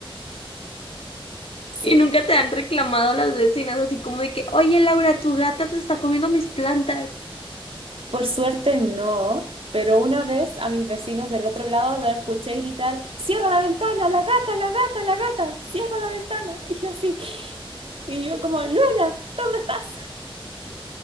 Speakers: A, on the right; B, on the left.
A: Sí.
B: Y nunca te han reclamado las vecinas, así como de que, oye, Laura, tu gata se está comiendo mis plantas.
A: Por suerte no, pero una vez a mis vecinos del otro lado los escuché gritar, cierra la ventana, la gata, la gata, la gata, cierra la ventana. Y yo así, y yo como, Luna, ¿dónde estás?